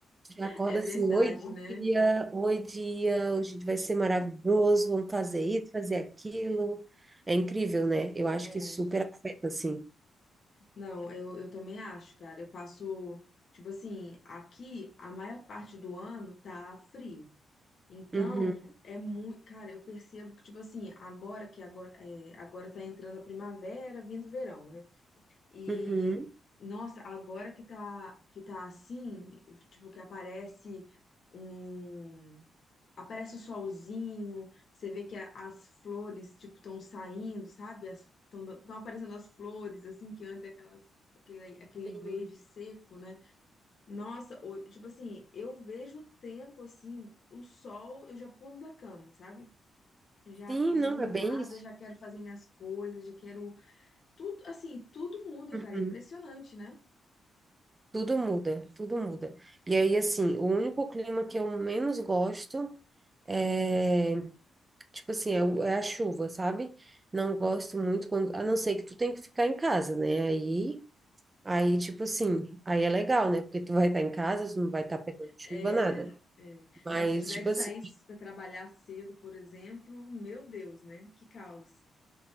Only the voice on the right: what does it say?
Tu já acorda
assim, oi
dia, oi dia, hoje vai ser maravilhoso, vamos fazer isso, fazer aquilo. É incrível, né? Eu acho
que super afeta, assim.
Uhum,
uhum.
Sim,
Sim,
não,
é bem isso.
Uhum.
Tudo muda, tudo muda. E aí, assim, o único clima que eu menos gosto é, tipo assim, é, o- é a chuva, sabe? Não gosto muito quando, a não ser que tu tem que ficar em casa, né? Aí Aí, tipo assim, aí é legal, né? Porque tu vai estar em casa, tu não vai estar pegando chuva,
nada.
Mas,
tipo
assim,